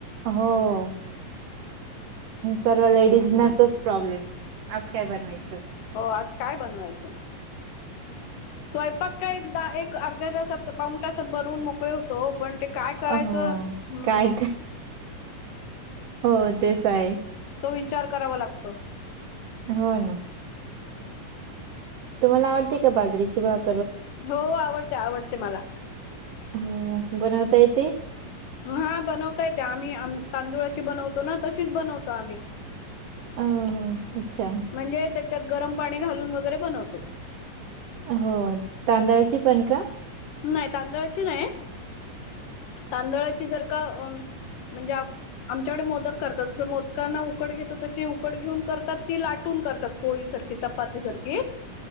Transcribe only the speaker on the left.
हो आज काय बनवायचं स्वयंपाक काय एक अर्ध्या तासात पावून तासात बनवून मोकळं हो तो पण ते काय करायचं
हू
तो विचार करावा लागतो.
हो आवडते आवडते मला.
हा बनवता येते, आम्ही आ तांदुळाची बनवतो ना तशीच बनवतो आम्ही.
म्हणजे त्याच्यात गरम पाणी घालून वगैरे बनवतो.
नाय तांदळाची नाय तांदळाची जर का म्हणजे आप आमच्याकडे मोदक करतात, जसं मोदकांना उकड घेतो तशी उकड घेऊन करतात ती लाटून करतात. पोळी सारखी, चपाती सारखी,